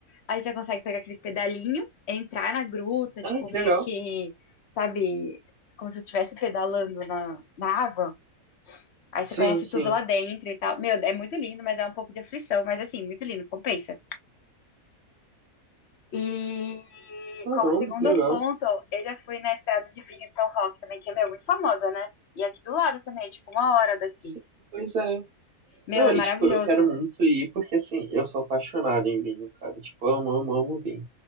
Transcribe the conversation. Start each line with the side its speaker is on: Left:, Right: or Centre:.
Left: aí você consegue pegar aqueles pedalinho, entrar na gruta,
Right: Ai,
Left: tipo,
Right: que
Left: meio
Right: legal.
Left: que, sabe, como se você estivesse pedalando na, na água. Aí você
Right: Sim,
Left: conhece
Right: sim.
Left: tudo lá dentro e tal. Meu, é muito lindo, mas é um pouco de aflição, mas assim, muito lindo, compensa. E
Right: Caramba,
Left: como segundo
Right: que legal.
Left: ponto, eu já fui na Estrada de Vinho em São Roque também, que é, meu, muito famosa, né? E aqui do lado também, é tipo, uma hora daqui.
Right: Sim, pois é.
Left: Meu,
Right: Não,
Left: é
Right: e
Left: maravilhoso.
Right: tipo, eu quero muito ir porque assim, eu sou apaixonado em vinho, cara. Tipo, amo, amo, amo vinho.